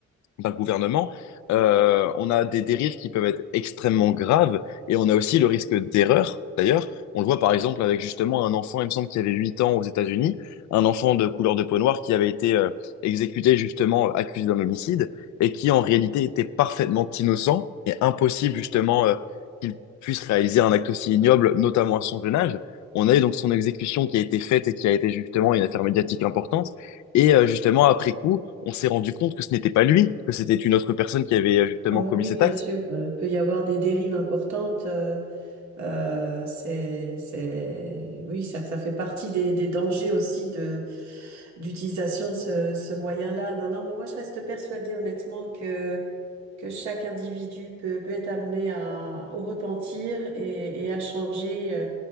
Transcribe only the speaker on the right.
Ah bah
oui,
bien
sûr, euh, il peut y avoir des dérives importantes. Euh, c'est, c'est, oui, ça, ça fait partie des, des dangers aussi de d'utilisation de ce, ce moyen-là. Non, non, moi je reste persuadée honnêtement que que chaque individu peut, peut être amené à, au repentir et, et à changer euh,